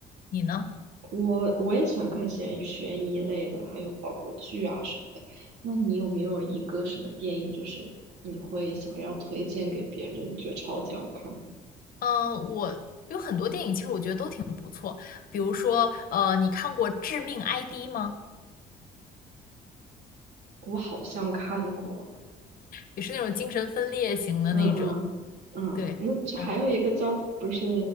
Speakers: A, on the left; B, on the right.
A: 你呢？
B: 我我也喜欢看悬悬疑类的，还有包括剧啊什么的。那你有没有一个什么电影，就是你会想要推荐给别人，就你觉得超级好看的？
A: 嗯，呃我有很多电影，其实我觉得都挺不错。比如说，呃，你看过《致命 ID》吗？
B: 我好像看过，
A: 也是那种精神分裂型的那种。
B: 嗯嗯嗯，
A: 对，
B: 那就还有一个叫不是
A: 然后